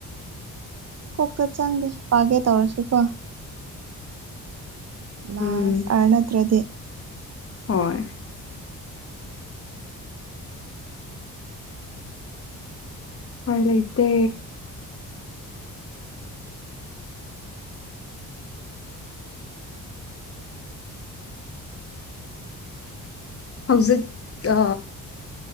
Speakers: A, on the right; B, on the left.
A: ꯀꯣꯛꯇ ꯆꯪꯗꯦ ꯄꯥꯒꯦ ꯇꯧꯔꯁꯨ ꯀꯣ ꯂꯥꯁ
B: ꯎꯝ
A: ꯑꯔꯅꯠꯇ꯭ꯔꯗꯤ
B: ꯍꯣꯏ ꯎꯄꯥꯏ ꯂꯩꯇꯦ ꯍꯧꯖꯤꯛ ꯇ